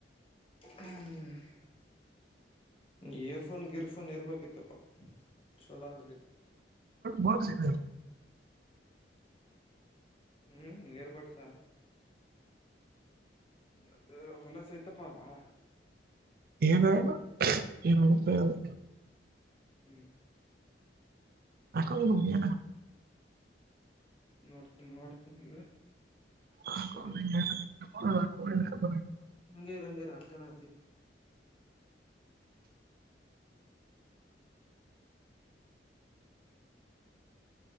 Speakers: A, on the left (about 30°); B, on the right (about 55°).
A: ಹ್ಮ್ ಇಯರ್ಫೋನ್ ಗಿರ್ಫೋನ್ ಇರ್ಬೇಕಿತ್ತಪ್ಪ ಚಲೋ ಆಗಲಿದ
B: ಬಹ ಸಿಖ
A: ಹ್ಮ್ ಏರ್ಬಡ್ಸ ಅದು ಹೊಲಸ ಐ್ತಪ್ಪಾ ಬಾಳ
B: ಏ ಏ <inaudible>
A: ಹ್ಮ್
B: ಆಕೋಗಿಯ
A: ನೋಡ್ತೀನ್ಿ ನೋಡ್ತೀನಿ ಈಗ
B: ಹ
A: ಕಡೆ
B: ಹ
A: ಹಂಗೇರಿ ಹಂಗೀರಿ ಹಾಕಣ ಹತೀನಿ